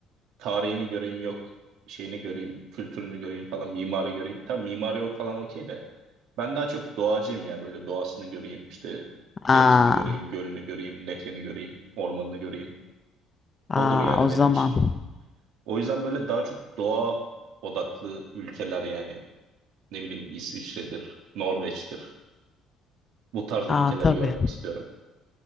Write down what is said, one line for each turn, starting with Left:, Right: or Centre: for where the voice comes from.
Right: Tarihini göreyim yok, şeyini göreyim, kültürünü göreyim falan, mimari göreyim. Tam mimari o- falan okey de. Ben daha çok doğacıyım ya böyle doğasını göreyim işte
Left: Aa,
Right: denizini göreyim, gölünü göreyim, nehrini göreyim, ormanını göreyim.
Left: aa
Right: Odur yani
Left: o
Right: benim
Left: zaman.
Right: için. O yüzden böyle daha çok doğa odaklı ülkeler yani ne bileyim İsviçre'dir, Norveç'tir. Bu tarz ülkeleri
Left: Aa tabii.
Right: görmek istiyorum.